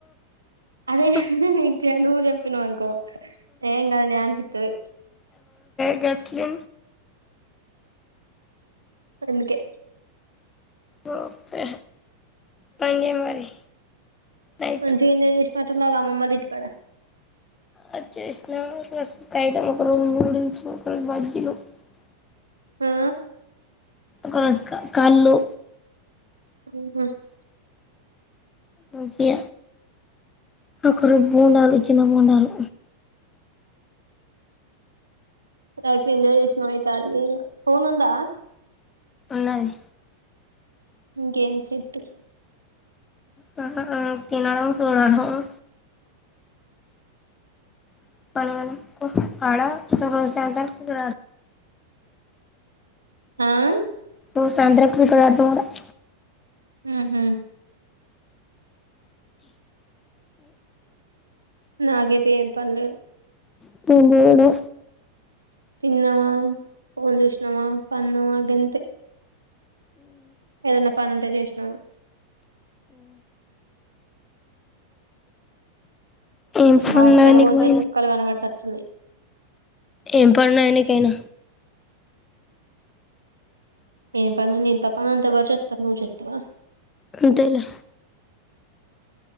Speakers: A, on the right; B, on the left.
A: అదే
B: అబ్బో
A: ఇగ నువ్వు చెప్పినవ్ అనుకో ఏం కాద్లే అనిపిత్తది
B: ఎట్లి
A: అందుకే
B: ఓకే పండి మరి నైట్
A: మంచిగనే ఎంజాయ్ చేసినట్టువ్ గ అమ్మమ్మ ఓళ్ళ ఇంటి కాడ
B: ఆ చేసిన ఫస్ట్ రోజు టైడ్ అయిపోయిన, నూడిల్స్, బజ్జీలు <unintelligible>
A: ఆ
B: ఒకరోజు క కళ్ళు
A: ప్రీ వెడ్స్
B: మంచిగ ఒక రోజు బోండాలు చిన్న బోండాలు
A: లైఫ్ లో ఎంజాయ్ చేసిన అయితే అడికి పోయిన ఫోన్ ఉందా
B: ఉన్నాయి
A: ఇంకేం చెట్టు
B: దొండకాయ తినడం చూడడానికి పోయి <unintelligible> కడగడం కొట్టు కాడ సుగర్ ఛాయ్ తట్టుకుంటూ
A: ఊమ్మ్
B: నువ్ సాయంత్రం క్రికెట్ ఆడతవాడ <inaudible>
A: ఉహూ నాకైతే ఏం పన్లేదు
B: <unintelligible> నేను జేయలే
A: తిన్నవా, ఫోన్ చూషినమా పన్నమా గంతే ఏదన పని ఉంటె చేషినవ
B: ఏం పనున్నది
A: హాస్టల్
B: నీకు
A: పోతే చుక్కలు కనబడతట్టు ఉన్నయి
B: ఏం పని ఉన్నది నీకైన
A: ఏం పని ఇంత పని అంటె ఎవరు చెత్తరు నువ్వు చెత్తవ
B: అంతేలె